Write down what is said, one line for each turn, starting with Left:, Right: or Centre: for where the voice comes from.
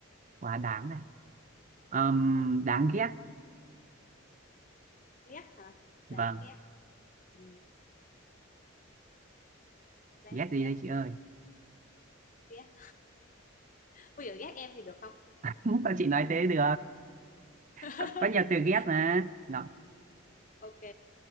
Right: quá đáng này Ừm,
Left: ở
Right: đáng ghét
Left: ghét hả
Right: vâng
Left: đáng ghét Ừ, đáng
Right: ghét gì
Left: ghét
Right: đây chị ơi
Left: ghét bây giờ ghét em thì được không
Right: <laughs> sao chị nói thế được
Left: <laughs>
Right: có, có nhiều từ ghép mà nó
Left: ok